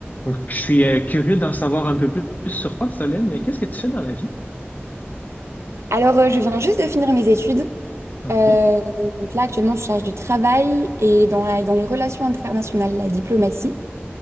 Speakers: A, on the left; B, on the right.
A: Donc, je suis euh, curieux d'en savoir un peu plus sur toi, Solène. Qu'est-ce que tu fais dans la vie?
B: Alors, euh, je viens juste de finir mes études.
A: OK.
B: Euh, donc là, actuellement, je charge du travail et dans la- dans les relations internationales, la diplomatie.